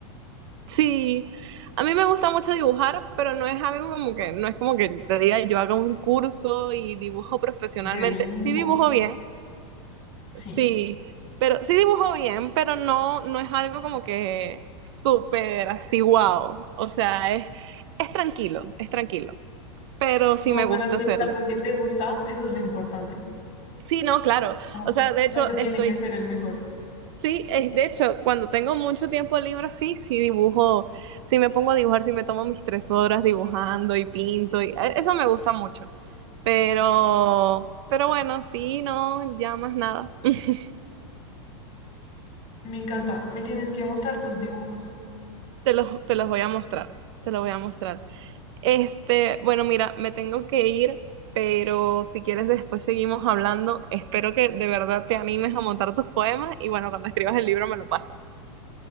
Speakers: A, on the right (about 60°); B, on the left (about 35°).
A: Sí, a mí me gusta mucho dibujar, pero no es algo como que, no es como que te diga yo haga un curso y dibujo profesionalmente.
B: de dibujo,
A: Sí dibujo bien,
B: sí.
A: Sí, pero sí dibujo bien, pero no, no es algo como que súper así wow. O sea, es, es tranquilo, es tranquilo, pero sí
B: No,
A: me
B: pero
A: gusta
B: si
A: hacerlo.
B: es algo que te gusta, eso es lo importante.
A: Sí, no, claro.
B: Como
A: O sea, de hecho,
B: no se tiene
A: estoy,
B: que ser el mejor.
A: sí, es, de hecho, cuando tengo mucho tiempo libre, sí, sí dibujo, sí me pongo a dibujar, sí me tomo mis tres horas dibujando y pinto, y e- eso me gusta mucho. Pero, pero bueno, sí, no, ya más nada. <laughs>
B: Me encanta, me tienes que mostrar tus dibujos.
A: Te los, te los voy a mostrar, te los voy a mostrar. Este, bueno, mira, me tengo que ir, pero si quieres después seguimos hablando. Espero que de verdad te animes a montar tus poemas y bueno, cuando escribas el libro me lo pasas.